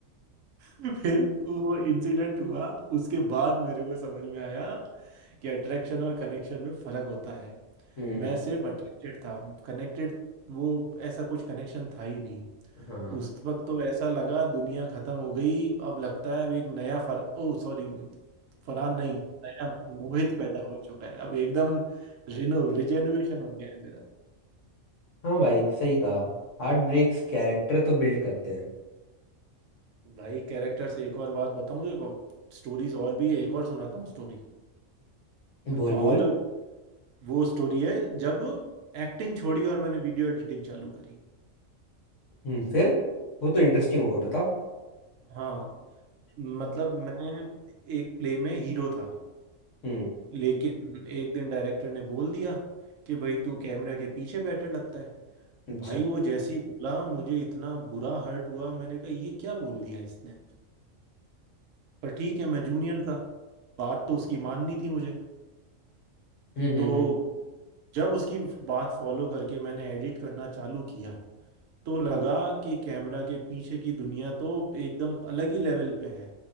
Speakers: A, on the right (about 75°); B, on the left (about 70°).
A: <laughs> फिर वो इंसिडेंट हुआ उसके बाद मेरे को समझ में आया कि अट्रैक्शन और कनेक्शन में फर्क होता है
B: हम्म
A: मैं सिर्फ अट्रैक्टेड था कनेक्टेड वो ऐसा कुछ कनेक्शन था ही नहीं
B: हाँ
A: उस वक्त तो ऐसा लगा दुनिया खत्म हो गई अब लगता है अब एक नया फर ओ सॉरी फरहान नहीं नया मोहित पैदा हो चुका है अब एकदम रिनो रिजेन्युएशन हो गया है मेरा
B: <laughs> हाँ भाई सही कहा हार्ट ब्रेक्स कैरेक्टर तो बिल्ड करते हैं
A: भाई कैरेक्टर से एक और बात बताऊं देखो स्टोरीज और भी है, एक और सुनाता हूँ स्टोरी
B: बोल
A: और
B: बोल
A: वो स्टोरी है जब एक्टिंग छोड़ी और मैंने वीडियो एडिटिंग चालू करी
B: हम्म फिर वो तो इंटरेस्टिंग होगा बताओ
A: हाँ मतलब मैं एक प्ले में हीरो था
B: हम्म
A: लेकिन एक दिन डायरेक्टर ने बोल दिया कि भाई तू कैमरा के पीछे बेटर लगता है
B: अच्छा
A: भाई वो जैसे ही बोला मुझे इतना बुरा हर्ट हुआ मैंने कहा ये क्या बोल दिया इसने पर ठीक है मैं जूनियर था बात तो उसकी माननी थी मुझे
B: हम्म हम्म
A: तो जब उसकी बात फॉलो करके मैंने एडिट करना चालू किया तो लगा कि कैमरा के पीछे की दुनिया तो एकदम अलग ही लेवल पे है